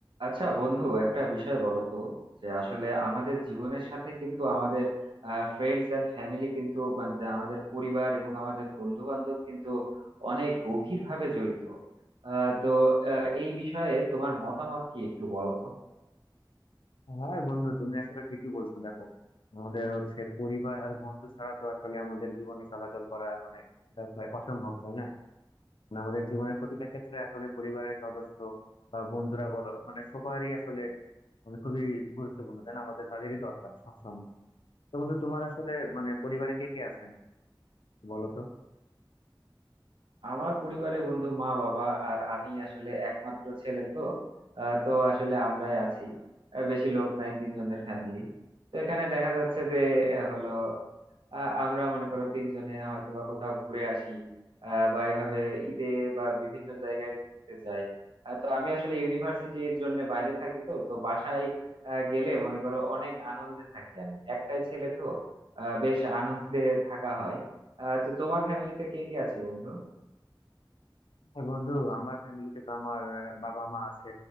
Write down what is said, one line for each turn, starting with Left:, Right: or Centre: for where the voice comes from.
Right: আচ্ছা বন্ধু একটা বিষয় বলো তো যে আসলে আমাদের জীবনের সাথে কিন্তু আমাদের ফ্রেন্ডস এন্ড ফ্যামিলি কিন্তু মানে যে আমাদের পরিবার এবং আমাদের বন্ধু বান্ধব কিন্তু অনেক গভীর ভাবে জড়িত আহ, তো আহ, এই বিষয়ে তোমার মতামত কি একটু বলো তো
Left: হ্যাঁ বন্ধু তুমি আসলে ঠিকই বলছো দেখো আমাদের হচ্ছে পরিবার আর বন্ধু ছাড়া তো আসলে আমাদের জীবনে চলাচল করা মানে এটা প্রায় অসম্ভব তাই না মানে আমাদের জীবনের প্রতিটা ক্ষেত্রে আসলে পরিবারের সদস্য বা বন্ধুরা বলো মানে সবারই আসলে মানে খুবই গুরুত্বপূর্ণ তাই না আমাদের তাদেরই দরকার সবসময় তো বন্ধু তোমার আসলে মানে পরিবারে কে কে আছেন বলো তো
Right: আমার পরিবারে বন্ধু মা বাবা আর আমি আসলে একমাত্র ছেলে তো আহ, তো আসলে আমরাই আছি আহ, বেশি লোক নাই তিনজনের ফ্যামিলি তো এখানে দেখা যাচ্ছে যে আহ, হলো আহ, আমরা মনে করো তিনজনে হয়তো বা কোথাও ঘুরে আসি আহ, বা এভাবে ঈদে বা বিভিন্ন জায়গায় ঘুরতে যাই আহ, তো আমি আসলে ইউনিভার্সিটির জন্য বাইরে থাকি তো তো বাসায় আহ, গেলে মনে করো অনেক আনন্দে থাকি আমি একটাই ছেলে তো আহ, বেশ আনন্দে থাকা হয় আহ, তো তোমার ফ্যামিলিতে কে কে আছে বন্ধু
Left: হ্যাঁ বন্ধু আমার ফ্যামিলিতে তো আমার আহ, বাবা মা আছে